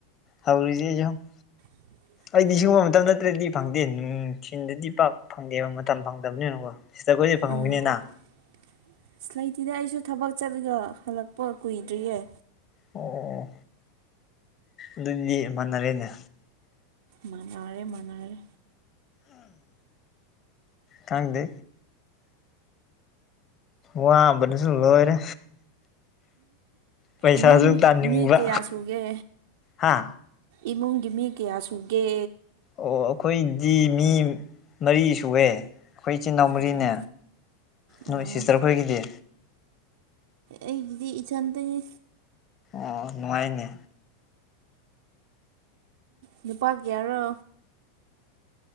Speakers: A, on the left; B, on the right.
A: ꯍꯧꯔꯤꯖꯦ ꯌꯦꯡꯎ
B: INAUDIBLE
A: ꯑꯩꯗꯤ ꯁꯤꯒꯨꯝꯕ ꯃꯇꯝ ꯅꯠꯇ꯭ꯔꯗꯤ ꯐꯪꯗꯦ ꯁꯤꯟꯗꯗꯤ ꯄꯥꯛ ꯐꯪꯗꯦꯕ ꯃꯇꯝ ꯐꯪꯗꯕꯅꯤꯅꯀꯣ ꯁꯤꯁꯇꯔ ꯈꯣꯏꯗꯤ ꯐꯪꯍꯧꯒꯤꯅꯤꯅ
B: ꯑꯥꯑꯣ ꯑꯥꯁꯠꯂꯩꯇꯦꯗ ꯑꯩꯁꯨ ꯊꯕꯛ ꯆꯠꯂꯒ ꯍꯜꯂꯛꯄ ꯀꯨꯏꯗ꯭ꯔꯤꯌꯦ
A: ꯑꯣ ꯑꯣꯑꯣ ꯑꯗꯨꯗꯤ ꯃꯥꯟꯅꯔꯦꯅꯦ
B: ꯃꯥꯟꯅꯥꯔꯦ ꯃꯥꯟꯅꯥꯔꯦ
A: ꯈꯪꯗꯦ ꯋꯥꯕꯅꯖꯨ ꯂꯣꯏꯔꯦ ꯄꯩꯁꯥꯁꯨ
B: ꯏꯃꯨꯡ
A: ꯇꯥꯅꯤꯡꯕ
B: ꯃꯤ ꯀꯌꯥ ꯁꯨꯒꯦ
A: ꯍꯥ
B: ꯏꯃꯨꯡꯒꯤ ꯃꯤ ꯀꯌꯥ ꯁꯨꯒꯦ
A: ꯑꯣ ꯑꯣꯑꯩꯈꯣꯏꯗꯤ ꯃꯤ ꯃꯔꯤ ꯁꯨꯋꯦ ꯑꯩꯈꯣꯏ ꯏꯆꯤꯜ- ꯏꯅꯥꯎ ꯃꯔꯤꯅꯦ
B: ꯑꯥ ꯑꯥ
A: ꯅꯣꯏ ꯁꯤꯁꯇꯔ ꯈꯣꯏꯒꯤꯗꯤ
B: ꯑꯩꯒꯤꯗꯤ ꯏꯊꯟꯇꯅꯤ
A: ꯑꯣꯑꯣ ꯅꯨꯉꯥꯏꯅꯦ
B: ꯅꯨꯄꯥ ꯀꯌꯥꯔꯣ